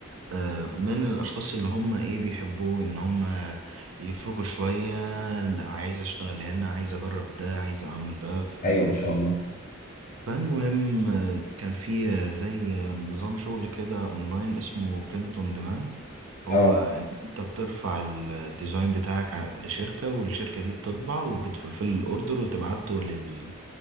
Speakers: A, on the right; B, on the left.
A: آه، من الاشخاص اللي هم ايه بيحبوا ان هم يفرقوا شوية عايز اشتغل هنا عايز اجرب ده عايز اعمل ده
B: ايوه ما شاء الله
A: فالمهم آه، كان في آه، زي آه، نظام شغل كده اونلاين اسمه برنت اون ديماند هو
B: اه
A: ان انت بترفع ال- الديزاين بتاعك ع- لشركة والشركة دي بتطبع وبتفلفل الاوردر وتبعته لل...